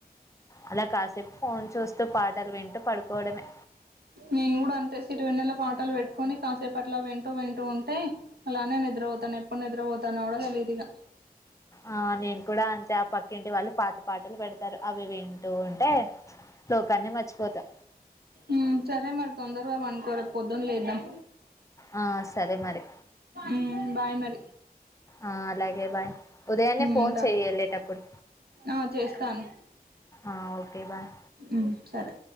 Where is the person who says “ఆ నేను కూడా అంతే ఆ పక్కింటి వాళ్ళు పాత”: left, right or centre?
Left